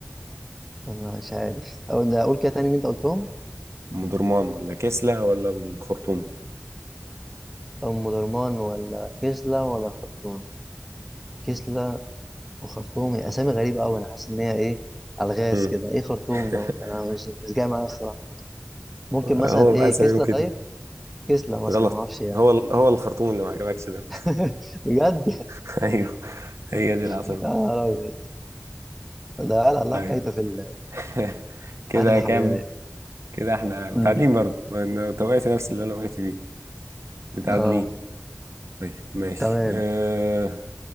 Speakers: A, in the centre; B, on the right.
A: انا مش عارف اقول ده اقول كده تاني اللي انت قلتهم
B: أم درمان ولا كسلة ولا الخرطوم
A: ام درمان ولا كسلا ولا خرطوم كسلا وخرطوم هي اسامي غريبة قوي انا حاسس ان هي ايه الغاز
B: مم.
A: كده ايه خرطوم
B: <laughs>
A: ده مش انا مش مش جاي معايا الصراحة ممكن
B: هو
A: مثلا ايه
B: بقى سميهم
A: كسلا
B: كده
A: طيب كسلا مثلا
B: غلط
A: ما اعرفش يعني
B: هو ال... هو الخرطوم اللي ما عجبكش ده
A: <laughs> بجد
B: <laughs> أيوه هي دي العاصمة
A: يا نهار ابيض ده قال الله
B: طيب
A: حكايته في ال-
B: <laughs> كده
A: الحاجات اللي
B: كام
A: حوالينا دي
B: كده احنا متعادلين
A: أمم.
B: برضه ما انا توقعت نفس اللي انا وقعت فيه متعادلين
A: اه
B: طيب ماشي
A: تمام
B: أه...